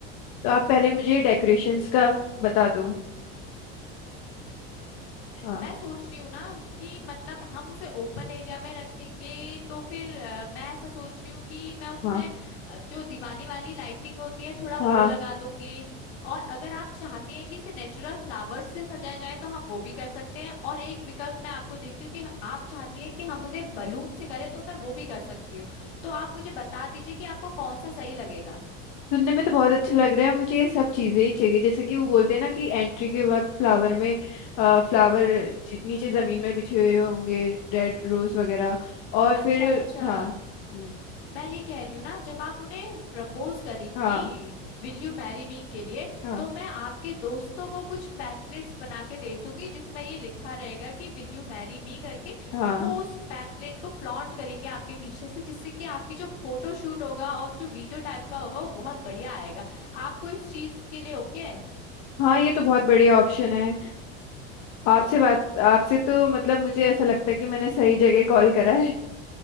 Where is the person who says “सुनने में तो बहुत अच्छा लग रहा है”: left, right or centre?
Left